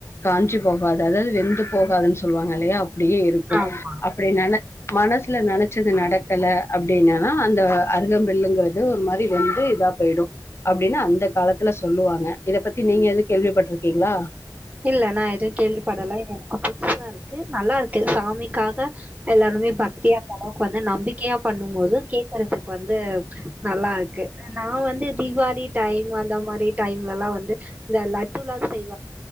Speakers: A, on the left; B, on the right.
A: காஞ்சி போகாது அதாவது வெந்து போகாதுன்னு சொல்லுவாங்க இல்லையா அப்டியே இருக்கும்
B: ஆமா.
A: அப்டி நென மனசுல நெனச்சது நடக் கல அப்டின்னா அந்த அருகம்பில்லுங்கிறது ஒரு மாரி வந்து இதா போயிடும் அப்டின்னு அந்த காலத்துல சொல்லுவாங்க இத பத்தி நீங்க எது கேள்விப்பட்டு இரு இருக்கிங்களா
B: இல்ல நா எதும் கேள்விப்படல எனக் புதுசா இருக்கு நல்லா இருக்கு சாமிக்காக எல்லாருமே பக்தியா அந்த அளவுக்கு வந்து நம்பிக் கையா பண்ணும் போது கேக்கற துக்கு வந்து நல்லா இருக்கு நா வந்து தீபாளி டைம் அந்த மாரி டைம்லலாம் வந்து இந்த லட்டுலால் செய்